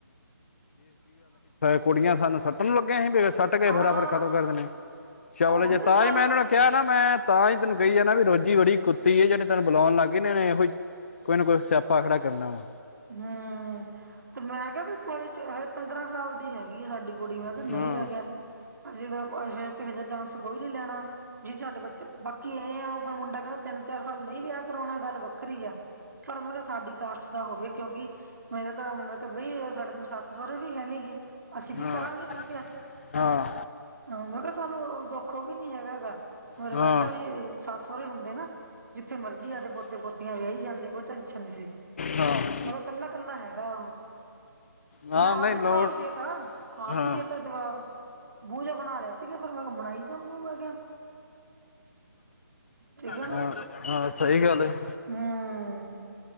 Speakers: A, on the left; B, on the right.
A: ਕੁੜੀਆਂ ਸਾਨੂੰ ਸੁੱਟਣ ਜੋਗੇ ਜੀ ਬਈ ਸੁਟ ਕੇ
B: ਹਾਂ
A: ਫਿਰ ਫਟਾ ਫਟ ਖਤਮ ਕਰਦੇ ਨੇ, ਚਵਲ
B: ਉਹੀ
A: ਜੇ ਤਾਂ
B: ਗੱਲ
A: ਹੀ ਮੈਂ ਇਹਨਾਂ।
B: ਆ
A: ਕਿਹਾ ਨਾ ਮੈਂ ਤਾਂ ਹੀ ਤੈਨੂੰ ਕਹੀ ਹੈ ਨਾ ਵੀ ਰੋਜ਼ੀ ਬੜੀ ਕੁੱਤੀ ਹੈ ਜਿਹੜੇ ਤੈਨੂੰ ਬੁਲਾਉਣ ਲੱਗ ਗਈ ਨੀ ਇਹੋ ਹੀ। ਕੋਈ ਨਾ ਕੋਈ ਸਿਆਪਾ ਖੜਾ ਕਰਨਾ ਵਾ।
B: ਹਮ, ਤੇ ਮੈਂ ਕਿਹਾ ਵੀ ਕੋਈ ਜੇ। ਪੰਦਰਾਂ ਸਾਲ ਦੀ ਹੈਗੀ ਆ ਸਾਡੀ ਕੁੜੀ ਮੈਂ ਕਿਹਾ ਨਹੀਂ
A: ਹਾਂ
B: ਮੈਂ ਕਿਹਾ ਹਜੇ ਮੈਂ ਹਾ ਚਾਂਸ ਕੋਈ ਨੀ ਲੈਣਾ ਜੀ ਸਾਡੇ ਬੱਚੇ ਬਾਕੀ ਐਏ ਆ ਓ ਮੁੰਡਾ ਕੈਂਦਾ ਤਿੰਨ ਚਾਰ ਸਾਲ ਨਈ ਵਿਆਹ ਕਰਾਓਣਾ ਗੱਲ ਵੱਖਰੀ ਐ, ਪਰ ਮੈਂ ਕਿਆ ਸਾਡੀ ਕਾਸਟ ਦਾ ਹੋਵੇ। ਕਿਉਂਕਿ ਮੇਰੇ ਤਾਂ ਮਤ ਬਈ ਸਾਡੇ ਸੱਸ-ਸਹਰੇ ਵੀ ਹੈ ਨਹੀਂ ਹੈਨੀ ਗਏ। ਅਸੀਂ ਕੀ
A: ਹਾਂ
B: ਕਰਾਂਗੇ ਮੈਂ ਕਿਹਾ,
A: ਹਾਂ
B: ਹਾ, ਮੈਂ ਕਿਹਾ ਸਾਨੂੰ ਉਦੋ ਖੋ ਵੀ ਨੀ ਹੈਗਾ ਹੈਗਾ ਹੋਰ ਮੈਂ
A: ਹਾਂ
B: ਕਿਹਾ ਵੀ ਸੱਸ-ਸਹਰੇ ਹੁੰਦੇ ਨਾ। ਜਿੱਥੇ ਮਰਜੀ ਆਦੇ ਪੋਤੇ-ਪੋਤੀਆਂ ਵਿਆਈ ਜਾਂਦੇ ਕੋਈ ਟੈਨਸ਼ਨ ਨੀ ਸੀ।
A: ਹਾਂ।
B: ਮਤਬ ਕੱਲਾ-ਕੱਲਾ ਹੈਗਾ ਉਹ।
A: ਹਾਂ
B: ਮੈਂ ਆਪ
A: ਨਹੀਂ
B: ਈ
A: ਲੋੜ
B: ਜਵਾਬ ਦੇਤਾ, ਹਾਪ
A: ਹਾਂ
B: ਈ ਦੇਤਾ ਜਵਾਬ। ਮੂੰਹ ਜਾ ਬਣਾ ਲਿਆ ਸੀਗਾ, ਫੇਰ ਮੈਂ ਬਣਾਈ ਜਾ ਮੂੰਹ ਮੈਂ ਕਿਆ। ਠੀਕ ਹੈ ਨਾ।
A: ਹਾਂ ਹਾਂ ਸਹੀ ਗੱਲ ਹੈ
B: ਹੂੰ